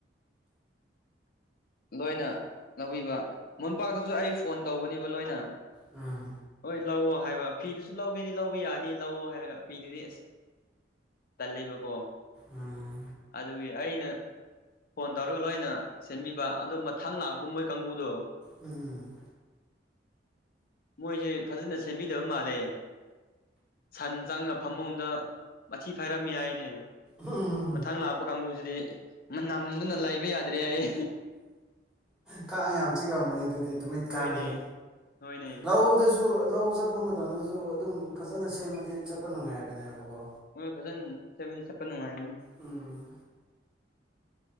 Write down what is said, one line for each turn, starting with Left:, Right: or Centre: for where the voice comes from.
Left: ꯂꯣꯏꯅ ꯂꯧꯕꯤꯕ ꯃꯣꯝꯄꯥꯛꯇꯨꯁꯨ ꯑꯩ ꯐꯣꯟ ꯇꯧꯕꯅꯦꯕ ꯂꯣꯏꯅ
Centre: ꯎꯝ
Left: ꯍꯣꯏ ꯂꯧꯑꯣ ꯍꯥꯏꯕ ꯐꯤꯗꯨꯁꯨ ꯂꯧꯒꯦꯗꯤ ꯂꯧꯕ ꯌꯥꯅꯤ ꯂꯧꯑꯣ ꯍꯥꯏꯔꯒ ꯐꯤꯗꯨꯗꯤ ꯑꯁ ꯇꯜꯂꯦꯕꯀꯣ
Centre: ꯎꯝ
Left: ꯑꯗꯨꯒꯤ ꯑꯩꯅ ꯐꯣꯟ ꯇꯧꯔꯒ ꯂꯣꯏꯅ ꯁꯦꯝꯕꯤ ꯕ ꯑꯗꯣ ꯃꯊꯪ ꯂꯥꯛꯄ ꯃꯣꯏ ꯀꯥꯡꯕꯨꯨꯗꯣ
Centre: ꯎꯝ
Left: ꯃꯣꯏꯁꯦ ꯐꯖꯅ ꯁꯦꯝꯕꯤꯗꯕ ꯃꯥꯜꯂꯦ ꯁꯟ ꯆꯪꯔꯒ ꯐꯃꯨꯡꯗ ꯃꯊꯤ ꯐꯥꯏꯔꯝꯃꯤ ꯍꯥꯏꯅꯦ
Centre: ꯎꯝ
Left: ꯃꯊꯪ ꯂꯥꯛꯄ ꯀꯥꯡꯕꯨꯁꯤꯗꯤ ꯃꯅꯝꯗꯨꯅ ꯂꯩꯕ ꯌꯥꯗ꯭ꯔꯦ ꯍꯥꯏꯌꯦ
Centre: ꯀꯥꯡ ꯌꯥꯝ ꯆꯤꯛꯒꯝꯕꯅꯤ ꯑꯗꯨꯗꯤ ꯇꯨ ꯃꯤꯠ
Left: ꯍꯣꯏꯅꯦ
Centre: ꯀꯥꯡꯁꯦ
Left: ꯍꯣꯏꯅꯦ
Centre: ꯂꯧꯗꯁꯨ ꯂꯧ ꯆꯞ ꯄ ꯃꯇꯝꯗꯁꯨ ꯑꯗꯨꯝ ꯐꯖꯅ ꯁꯦꯝꯃꯗꯤ ꯆꯠꯄ ꯅꯨꯡꯉꯥꯏꯕꯅꯦꯕꯀꯣ
Left: ꯃꯣꯏ ꯐꯖꯅ ꯁꯦꯝꯂ ꯆꯠꯄ ꯅꯨꯡꯉꯥꯏꯒꯅꯤ
Centre: ꯎꯝ